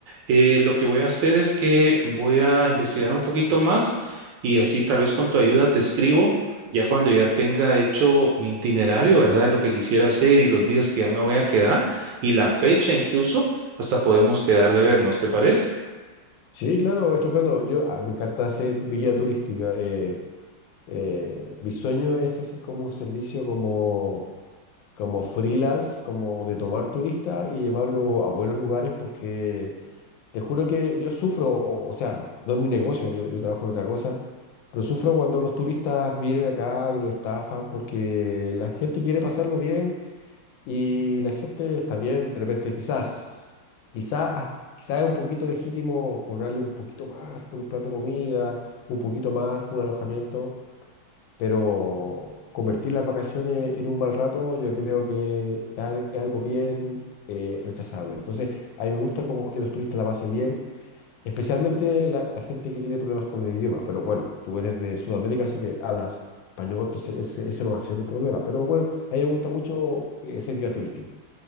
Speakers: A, on the right; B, on the left.
A: Eh, lo que voy a hacer es que voy a investigar un poquito más y así tal vez con tu ayuda te escribo ya cuando ya tenga hecho mi itinerario, ¿verdad? De lo que quisiera hacer y los días que ya me voy a quedar y la fecha incluso, hasta podemos quedar de vernos, ¿te parece?
B: Sí, claro, estupendo. Yo, ah, me encanta hacer guía turística. eh, eh, mi sueño es hacer como un servicio como, como freelance, como de tomar turistas y llevarlo a buenos lugares porque te juro que yo sufro, o, o sea, no es mi negocio, yo, yo trabajo en otra cosa. Pero sufro cuando los turistas vienen acá y lo estafan porque la gente quiere pasarlo bien Y la gente está bien, de repente quizás, quizás, quizás es un poquito legítimo cobrarle un poquito más por un plato de comida, un poquito más por un alojamiento, pero convertir las vacaciones en un mal rato yo creo que es al- es algo bien eh, rechazable. Entonces, a mí me gusta como que los turistas la pasen bien, especialmente la, la gente que tiene problemas con el idioma, pero bueno, tú eres de Sudamérica, así que hablas español, entonces ese, ese no va a ser un problema, pero bueno, a mí me gusta mucho eh, ser guía turístico.